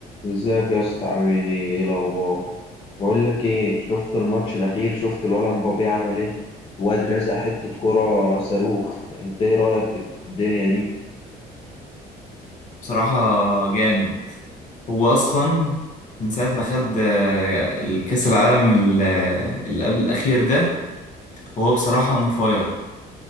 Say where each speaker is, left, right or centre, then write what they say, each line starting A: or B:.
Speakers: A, on the left (about 30°); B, on the left (about 45°).
A: ازيك يا اسطى عامل ايه ايه الاخبار بقول لك ايه شفت الماتش الاخير شفت الولد مبابي عمل ايه الواد رزع حته كرة صاروخ انت ايه رايك في الدنيا دي
B: بصراحة جامد هو أصلا من ساعة ما خد آه، الكأس العالم ال- آه، اللي قبل الأخير ده هو بصراحة اون فاير